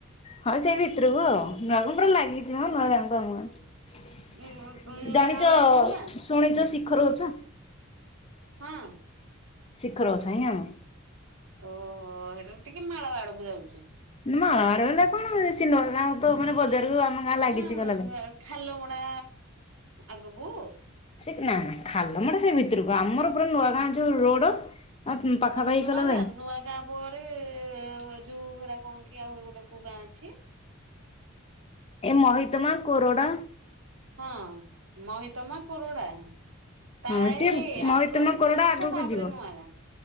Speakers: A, on the left; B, on the right.
A: ହଁ ସେଇ ଭିତରକୁ ଆଉ, ନୂଆ କ ପୁରା ଲାଗିଛି ମ ନୂଆ ଗାଁ କୁ ଆମ ଗାଁ।
B: ଉଁ ନୂଆ
A: ଜାଣିଚ
B: ଗାଁ ଲାଗି କୋଉ ଗାଁ
A: ଶୁଣିଚ ଶିଖ ରହୁଛ?
B: ହଁ।
A: ଶିଖର ଗୋସାଇଁ ଆଉ।
B: ଓହୋ, ସେଇଟା ଟିକେ ମାଳ ଆଡକୁ ଯାଉଛି।
A: ମାଳ ଆଡ ହେଲେ କଣ ହୁଏ, ସିଏ ନୂଆ ଗାଁକୁ ତ ମାନେ ବଜାରକୁ ଆମ ଗାଁ
B: ହ
A: ଲାଗିଛି
B: ମା
A: କହିଲା ବେଳେ।
B: ଖାଲମଣା ଆଗକୁ
A: ସେ ନା ନା ଖାଲମଡା ସେ ଭିତରକୁ, ଆମର ପୁରା ନୂଆ ଗାଁ ଯୋଉ ରୋଡ ଆଉ ପାଖାପାଖି
B: ହଁ ନୂଆ
A: ଗଲା
B: ଗାଁ,
A: ଯାଏ
B: ନୂଆ ଗାଁ ପରେ ଯୋଉ ସେଇଡା କଣ କି ଆହୁରି ଗୋଟେ କୋଉ ଗାଁ ଅଛି
A: ଏ ମହିତମା, କୋରଡ଼ା
B: ହଁ, ମହିତମା, କୋରଡା ତା
A: ହଁ ସିଏ
B: ହେ
A: ମହିତମା
B: ଆଗ ଶିଖର
A: କୋରଡା
B: ଗଛ,
A: ଆଗକୁ
B: ତାପରେ
A: ଯିବ।
B: ନୂଆ ଗାଁ।